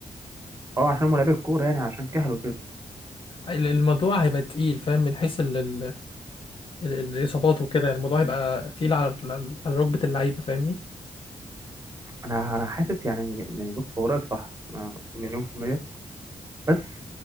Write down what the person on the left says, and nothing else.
ال- الموضوع هيبقى تقيل فاهم من حيث ال- ال- ال- الاصابات وكده الموضوع هيبقى تقيل على على ركبه اللعيبه فاهمني